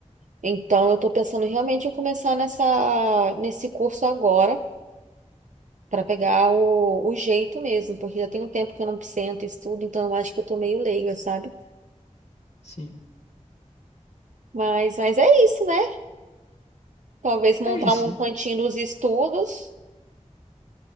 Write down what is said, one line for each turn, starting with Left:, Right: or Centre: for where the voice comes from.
Right: Então eu estou pensando realmente em começar nessa, nesse curso agora. Para pegar o, o jeito mesmo, porque já tem um tempo que eu não sento e estudo, então eu acho que eu tô meio leiga, sabe?
Left: Sim.
Right: Mas, mas é isso, né? Talvez montar
Left: É isso.
Right: um cantinho dos estudos